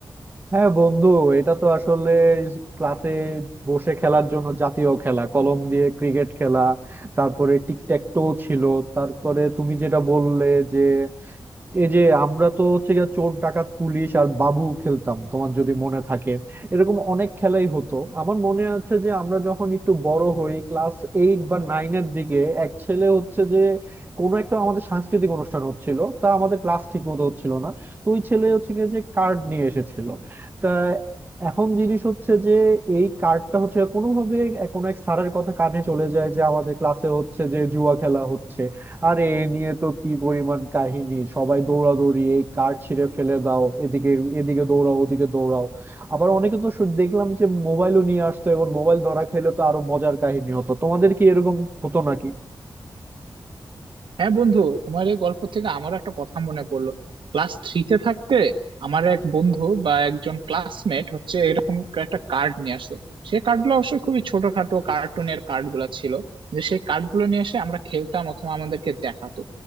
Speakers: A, on the right; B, on the right.
A: হ্যাঁ বন্ধু এটা তো আসলে ক্লাসে বসে খেলার জন্য জাতীয় খেলা কলম দিয়ে ক্রিকেট খেলা তারপরে টিক ট্যাক টো ছিল তারপরে তুমি যেটা বললে যে এই যে আমরা তো হচ্ছে গিয়ে চোর ডাকাত পুলিশ আর বাবু খেলতাম তোমার যদি মনে থাকে এরকম অনেক খেলাই হতো আমার মনে আছে যে আমরা যখন একটু বড় হই ক্লাস এইট বা নাইন এর দিকে এক ছেলে হচ্ছে যে কোনো একটা আমাদের সাংস্কৃতিক অনুষ্ঠান হচ্ছিল তা আমাদের ক্লাস ঠিক মতো হচ্ছিল না তো ওই ছেলে হচ্ছে গিয়ে যে কার্ড নিয়ে এসেছিল তা এখন জিনিস হচ্ছে যে এই কার্ডটা হচ্ছে কোনোভাবে কোনো এক স্যারের কথা কানে চলে যায় যে আমাদের ক্লাসে হচ্ছে যে জুয়া খেলা হচ্ছে আরে এ নিয়ে তো কি পরিমাণ কাহিনী সবাই দৌড়াদৌড়ি এই কার্ড ছিঁড়ে ফেলে দাও এদিকে এদিকে দৌড়াও ওদিকে দৌড়াও আবার অনেকে তো শু- দেখলাম যে মোবাইলও নিয়ে আসতো এবং মোবাইল ধরা খেলে তো আরো মজার কাহিনী হতো তোমাদের কি এরকম হতো নাকি
B: হ্যাঁ বন্ধু তোমার এই গল্প থেকে আমারও একটা কথা মনে পড়লো ক্লাস থ্রিতে থাকতে আমার এক বন্ধু বা একজন ক্লাসমেট হচ্ছে এরকম একটা কার্ড নিয়ে আসলো সেই কার্ডগুলো অবশ্য খুবই ছোটখাটো কার্টুনের কার্ডগুলো ছিল যে সেই কার্ডগুলো নিয়ে এসে আমরা খেলতাম অথবা আমাদেরকে দেখাতো